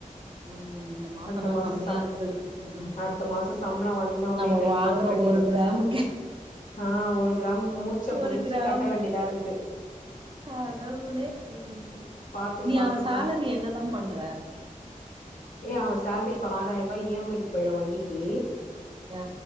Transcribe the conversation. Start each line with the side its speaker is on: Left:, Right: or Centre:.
Right: ம் இந்த மாசம்லா
Left: அடுத்த மாசோ
Right: கம்மியா
Left: சம்
Right: இருக்குது ம்
Left: அடுத்த மாசோ சம்பளோ வந்தோனே
Right: நம்ம
Left: கையோட
Right: வாங்குற
Left: கட்டிடுவே
Right: ஒரு கிராமுக்கே
Left: ஆ ஒரு கிராமுக்கு மூச்ச புடிச்சு
Right: ஒரு கிராமுக்கு
Left: கட்ட வேண்டியதா இருக்குது
Right: கடவுளே ம்
Left: பாத்து
Right: நீ
Left: பாத்து
Right: அவ சேலரிய
Left: பாத்
Right: என்னதா பண்ற
Left: ஏய் அவ சேலரி இப்ப ஆறாயிரம் ரூபா இ எம் ஐக்கு போயிடு வண்டிக்கு
Right: ஆ